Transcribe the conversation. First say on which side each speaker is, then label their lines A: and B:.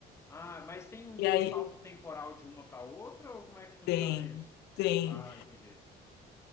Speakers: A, on the left (about 15°); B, on the left (about 80°).
A: Ah, mas tem um
B: E aí
A: salto temporal de uma para outra, ou como é que funciona
B: tem,
A: isso?
B: tem.
A: Ah, entendi.